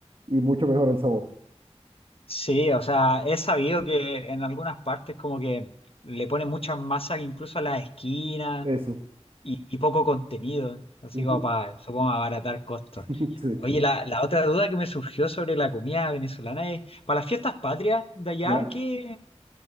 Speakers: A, on the right (about 50°); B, on the left (about 55°).
A: y mucho mejor el sabor.
B: sí, o sea, he sabido que en algunas partes como que le ponen muchas masas incluso a las esquinas
A: Eso.
B: y, y poco contenido, así
A: Ujú.
B: como para, supongo, abaratar costos.
A: <laughs> Sí.
B: Oye, la, la otra duda que me surgió sobre la comida venezolana es, para las fiestas patrias de allá,
A: ¿Ya?
B: ¿qué,